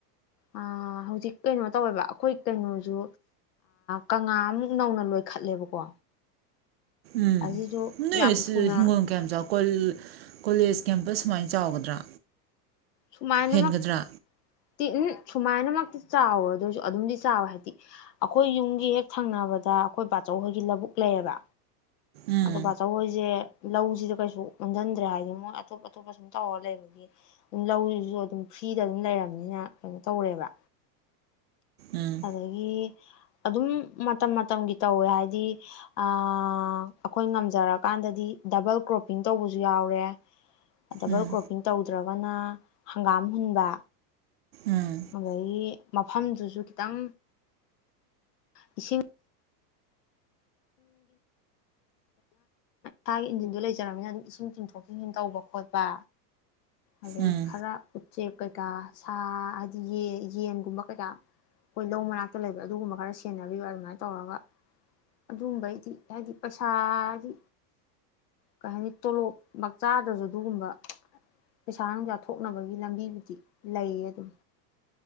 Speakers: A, on the left; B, on the right.
A: ꯑ ꯍꯧꯖꯤꯛ ꯀꯩꯅꯣ ꯇꯧꯋꯦꯕ ꯑꯩꯈꯣꯏ ꯀꯩꯅꯣꯁꯨ ꯀꯪꯂꯥꯃꯨꯛ ꯅꯧꯅ ꯂꯣꯏꯈꯠꯂꯦꯕꯀꯣ
B: ꯎꯝ
A: ꯑꯁꯤꯁꯨ
B: ꯅꯣꯢ
A: ꯌꯥꯝ ꯊꯨꯅ
B: ꯍꯤꯡꯒꯣꯟ ꯀꯌꯥꯝ ꯆꯥꯎ ꯀꯣ ꯀꯣꯂꯦꯖ ꯀꯦꯝꯄꯁ ꯁꯨꯃꯥꯏꯅ ꯆꯥꯎꯒꯗ꯭ꯔꯥ
A: ꯁꯨꯃꯥꯏꯅ
B: ꯍꯦꯟꯒꯗ꯭ꯔꯥ
A: ꯃꯛ ꯇꯤ ꯍ ꯁꯨꯃꯥꯏꯅꯃꯛꯇꯤ ꯆꯥꯎꯔꯣꯏꯔꯁꯨ ꯑꯗꯨꯝꯗꯤ ꯆꯥꯎꯋꯦ ꯍꯥꯏꯗꯤ ꯑꯩꯈꯣꯏ ꯌꯨꯝꯒꯤ ꯍꯦꯛ ꯊꯪꯅꯕꯗ ꯑꯩꯈꯣꯏ ꯄꯕꯥꯆꯧꯈꯣꯏꯒꯤ ꯂꯧꯕꯨꯛ ꯂꯩꯌꯦꯕ
B: ꯎꯝ
A: ꯑꯗꯣ ꯕꯥꯆꯧꯍꯣꯏꯁꯦ ꯂꯧꯁꯤꯗ ꯀꯩꯁꯨ ꯑꯣꯟꯁꯤꯟꯗ꯭ꯔꯦ ꯍꯥꯏꯗꯤ ꯃꯣꯏ ꯑꯇꯣꯞ ꯑꯇꯣꯞꯄ ꯁꯨꯝ ꯇꯧꯔ ꯂꯩꯕꯒꯤ ꯑꯗꯨꯝ ꯂꯧꯁꯤꯁꯨ ꯑꯗꯨꯝ ꯐ꯭ꯔꯤꯗ ꯑꯗꯨꯝ ꯂꯩꯔꯕꯝꯅꯤꯅ ꯀꯩꯅꯣ ꯇꯧꯔꯦꯕ
B: ꯎꯝ
A: ꯑꯗꯒꯤ ꯑꯗꯨꯝ ꯃꯇꯝ ꯃꯇꯝꯒꯤ ꯇꯧꯋꯦ ꯍꯥꯏꯗꯤ ꯑ ꯑꯩꯈꯣꯏ ꯉꯝꯖꯔꯀꯥꯟꯗꯗꯤ ꯗꯕꯜ ꯀ꯭ꯔꯣꯞꯄꯤꯡ ꯇꯧꯕꯁꯨ ꯌꯥꯎꯔꯦ ꯗꯕꯜ
B: ꯎꯝ
A: ꯀ꯭ꯔꯣꯞꯄꯤꯡ ꯇꯧꯗ꯭ꯔꯒꯅ ꯍꯪꯒꯥꯝ ꯍꯨꯟꯕ
B: ꯎꯝ
A: ꯑꯗꯒꯤ ꯃꯐꯝꯗꯨꯁꯨ ꯈꯤꯇꯪ ꯏꯁꯤꯡ ꯁꯥꯒꯤ ꯏꯟꯖꯤꯟꯗꯨꯣ ꯂꯩꯖꯔꯕꯅꯤꯅ ꯑꯗꯨꯝ ꯏꯁꯤꯡ ꯆꯤꯡꯊꯣꯛ ꯆꯤꯡꯁꯤꯟ ꯇꯧꯕ ꯈꯣꯠꯄ ꯑꯗꯩ
B: ꯎꯝ
A: ꯈꯔ ꯎꯆꯦꯛ ꯀꯩꯀꯥ ꯁꯥ ꯍꯥꯏꯗꯤ ꯌꯦꯟꯒꯨꯝꯕ ꯀꯩꯀꯥ ꯑꯩꯈꯣꯏ ꯂꯧ ꯃꯅꯥꯛꯇ ꯂꯩꯕ ꯑꯗꯨꯒꯨꯝꯕ ꯈꯔ ꯁꯦꯟꯅꯕꯤꯕ ꯑꯗꯨꯃꯥꯏꯅ ꯇꯧꯔꯒ ꯑꯗꯨꯒꯝꯕꯩꯗꯤ ꯍꯥꯏꯗꯤ ꯄꯩꯁꯥ ꯍꯥꯏꯗꯤ ꯀꯩ ꯍꯥꯏꯅꯤ ꯇꯣꯂꯣꯞꯃꯛ ꯆꯥꯥꯗ꯭ꯔꯁꯨ ꯑꯗꯨꯒꯨꯝꯕ ꯄꯩꯁꯥ ꯅꯨꯡꯁꯥ ꯊꯣꯛꯅꯕꯒꯤ ꯂꯝꯕꯤꯕꯨꯗꯤ ꯂꯩꯌꯦ ꯑꯗꯨꯝ